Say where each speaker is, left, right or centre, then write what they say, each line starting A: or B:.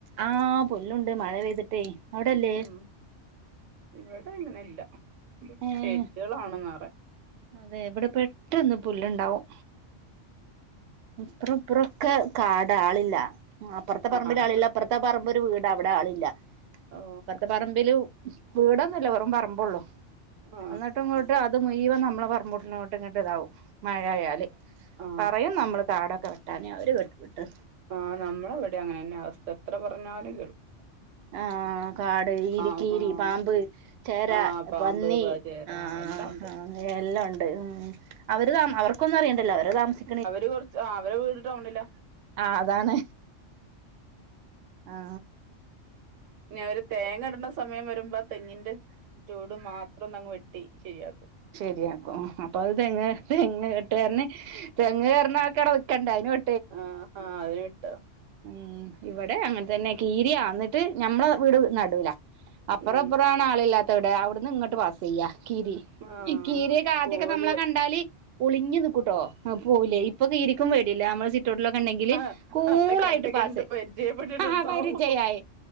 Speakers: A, on the right; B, on the right.
A: ആഹ് പുല്ലും ണ്ട് മഴ പെയ്തിട്ടേ അവിടെ ല്ലേ
B: ഉം ഇവിടെ ഇങ്ങനെ ഇല്ല ഇവിടെ
A: ഏഹ്
B: ചെടികളാണ് നറയെ
A: അതെ ഇവിടെ പെട്ടന്ന് പുല്ലുണ്ടാവും അപ്പറം ഇപ്പറൊക്കെ കാട ആളില്ല അപ്പോറത്തെ പറമ്പിൽ
B: ആ അതെ
A: ആളില്ല പ്പറത്തെ പറമ്പ് ഒരു വീടാ അവിടെ ആളില്ല
B: ഓ
A: ഇപ്പറത്തെ പറമ്പിലും വീടന്നും ഇല്ല വെറും പറമ്പോള്ളൂ
B: ആ
A: എന്നിട്ട് ഇങ്ങോ ട്ട് അത് മുഴുവം നമ്മളെ പറമ്പൂട്ടിലോട്ട് ഇതാവും മഴയാല്
B: ആ
A: പറയും നമ്മൾ കാടൊക്കെ വെട്ടാൻ അവര് <unintelligible> വിട്ട്
B: ആഹ് നമ്മളെവിടെ അങ്ങനെന്നെ അവസ്ഥ എത്ര പറഞ്ഞാലും കേൾക്കും
A: ആഹ് കാട് ഈരി
B: ആ
A: കീരി
B: ആ
A: പാമ്പ് ചേര
B: ആഹ് പാമ്പ്
A: പന്നി
B: പ ചേര
A: ആഹ്
B: എല്ലാം ഉണ്ട്
A: ഹാ എല്ലാം ഉണ്ട് ഉം അവര് ത അവർക്കൊന്നും അറിയണ്ടല്ലോ അവര് താമസി
B: അവര് കൊറച്ച് ആഹ് അവരെ വീട് ടൗണില
A: ആഹ് അതാണ് ആഹ്
B: ഞ് അവര് തേങ്ങ ഇട്ണ സ് സമയം വരുമ്പോ തെങ്ങിന്റെ ചോട് മാത്രം നങ്ങ് വെട്ടി ശരിയാക്കും
A: ശരിയാക്കോ അപ്പോ അഹ് തെങ്ങ് കെട്ട് കാരന് തെങ്ങ് കേറ്ണ ആൾക്കടെ നിക്കേണ്ടേ അയ്ന് വെ
B: ആഹ് ആഹ് അഹ് വെട്ടും
A: ഉം ഇവിടെ അങ്ങൻ തന്നെ കീരിയാ എന്നിട്ട് ഞമ്മളെ വീട് നടൂല അപ്പറം
B: ഉം
A: ഇപ്പറം ആണ് ആളില്ലാത്തവിടെ അവിടന്ന് ഇങ്ങട്ട് പാസിയ്യാ കീരി
B: ആഹ്
A: ഇ കീരിയേകെ ആദ്യക്കെ
B: കോഴി
A: നമ്മളെ കണ്ടാല് ഒളിഞ്ഞു നിക്കും ട്ടോ അഹ് പോവുലെ ഇപ്പം കീരിക്കും പേടില്ല നമ്മളെ സി റ്റൗട്ടിലൊക്കെ ണ്ടെങ്കിൽ
B: ആഹ്
A: കൂളായിട്ട്
B: അന്നെ കണ്ട്
A: പാസിയും
B: കണ്ട് പരിചയപ്പെട്ടിട്ടുണ്ടാവും
A: ആഹ് ആഹ് പരിചയായി